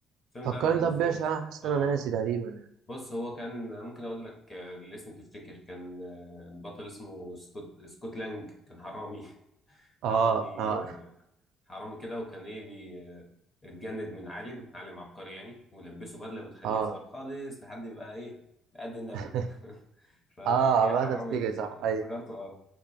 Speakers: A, on the left (about 20°); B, on the right (about 65°).
A: الفيلم
B: فكرني
A: ده معمول
B: طب
A: في
B: بيش
A: رينج
B: انا حاسس
A: اه
B: ان انا ناسي تقريبا يعني.
A: بص هو كان ممكن اقول لك آه، الاسم تفتكر كان آه، البطل اسمه سكوت سكوت لانج كان حرامي <laughs> حرامي
B: اه اه
A: آه، حرامي كده وكان ايه بي اتجند من عالم عالم عبقري يعني ولبسه بدله بتخليه
B: اه
A: صغير خالص لحد يبقى ايه قد النمله
B: <laughs>
A: <laughs> فيعني
B: اه
A: ايه
B: بقى
A: حرامي
B: تفتكر
A: ز-
B: صح
A: افتكرته
B: ايوه
A: اه